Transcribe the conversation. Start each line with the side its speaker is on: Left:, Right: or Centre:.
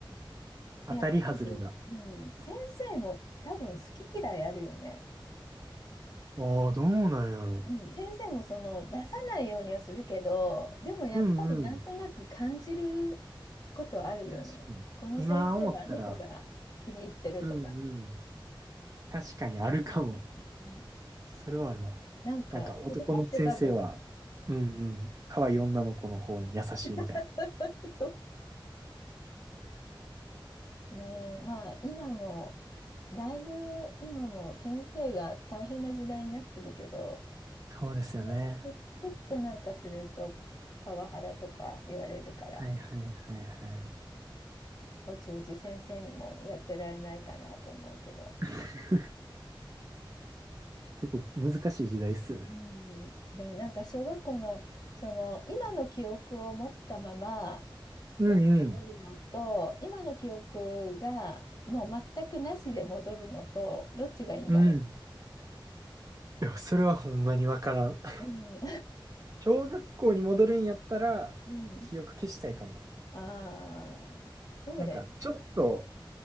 Right: 当たり外れが。
Left: で、やっぱりね、うん、先生も多分好き嫌いあるよね。
Right: ああ、どうなんやろ。
Left: うん、先生もその出さないようにはするけど、でもやっぱりなんとなく感じることあるよね。
Right: うんうん。確かに。
Left: この先生はあの子が気に入ってるとか。
Right: 今思ったら、うんうん。確かにあるかも。
Left: うん、うん
Right: それはあるわ。
Left: なんか子供って多分
Right: なんか男の先生は、うんうん。可愛い女の子の方に優しいみたいな。
Left: <laughs> そうねえ、まあ今もだいぶ今も先生が大変な時代になってるけど、
Right: そうですよね。
Left: ね、ちょちょっとなんかするとパワハラとか言われるから
Right: はいはいはいはい。
Left: おちおち先生にもやってられないかなと思うけど、
Right: <laughs> 結構難しい時代っすよね。
Left: うん、でもなんか小学校のその今の記憶を持ったまま
Right: うんうん。
Left: その戻るのと今の記憶がもう全くなしで戻るのとどっちがいいんだろ
Right: うん。いや、それはほんまにわからん。<laughs>
Left: う。うん、
Right: 小学校に戻るんやったら、
Left: <laughs> うん
Right: 記憶消したいかも。
Left: ああ、そうだよね。
Right: なんか、ちょっと、